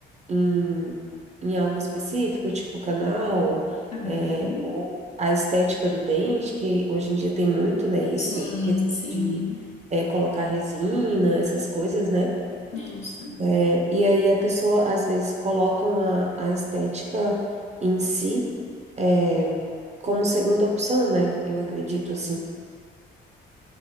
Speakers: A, on the right; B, on the left.
A: em, em algo específico, tipo canal,
B: Uhum.
A: é, ou a estética do dente, que hoje em dia tem muito, né? Isso,
B: Sim,
A: questão
B: sim.
A: de é, colocar resina, essas coisas, né?
B: Isso.
A: É, e aí a pessoa, às vezes, colocam a, a estética em si é, como segunda opção, né? Eu acredito assim.